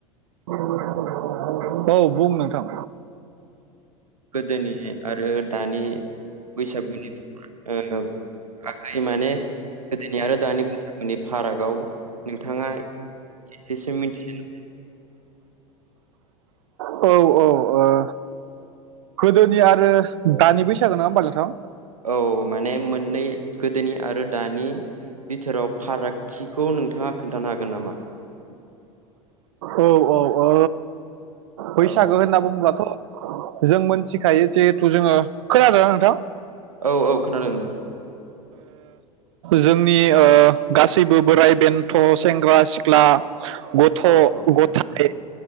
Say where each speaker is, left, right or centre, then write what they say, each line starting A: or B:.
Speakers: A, on the right; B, on the right.
A: <unintelligible> औ बुं नोंथां।
B: गोदोनि आरो दानि बैसागुनि ओ <unintelligible> आगै माने गोदोनि आरो दानि बैसागोनि फारागाव नोंथाङा। एसेसो मिथियोना।
A: औ औ। गोदोनि आरो दानि बैसागो ना होमबा नोंथां?
B: औ माने मोननै गोदोनि आरो दानिआ बिथोराव फारागथिखौ नोंथाङा खोन्थानो हागोन नामा?
A: औ औ बैसागो
B: औ
A: होनना बुंङोब्लाथ' आ जों मोनथिखायो जिहेथु जोङो खोनादों ना नोंथां?
B: औ औ खोनादों।
A: जोंनि गासैबो बोराय बेन्थ' सेंग्रा सिख ख्ला गथ'
B: औ औ
A: गथाय